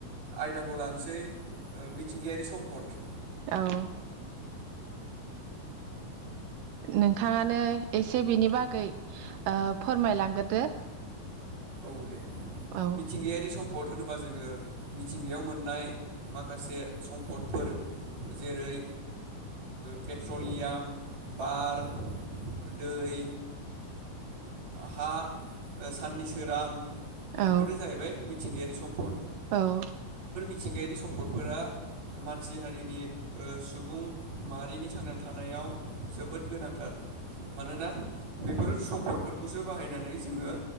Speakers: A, on the right (about 55°); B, on the right (about 80°).
A: आयदाखौ लानोसै ओ मिथिंगायारि सम्पद।
B: औ नोंथांङानो एसे बेनि बागै ओ फोरमायलांग्रोदो।
A: औ दे
B: औ
A: मिथिंगायारि स म्पद होनोबा जोंङो मिथिंगायाव मोननाय माखासे सम्पदफोर जेरै पेट्रलियाम बार दै हा साननि सोरां बेफोरो
B: औ
A: जाहैबाय मिथिंगायारि सम्फद।
B: औ
A: सिथिंगायारि सम्पदफोरा मानसि हारिनि ओ सुबुं माहारिनि थांनानै थानायाव जोबोद गोनांथार। मानोना बेफोर सम्फद फोरखौसो बाहायनानै जोंङो